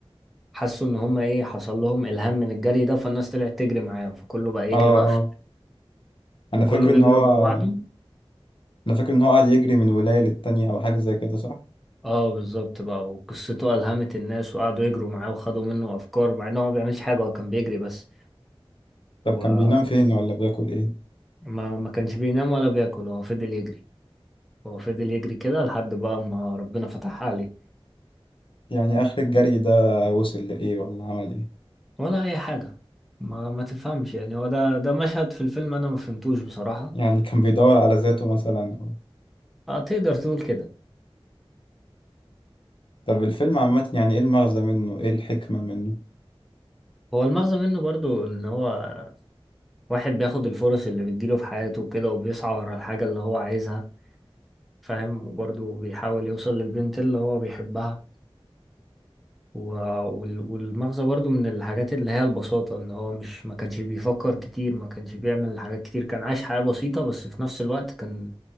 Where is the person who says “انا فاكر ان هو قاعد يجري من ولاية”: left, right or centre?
Left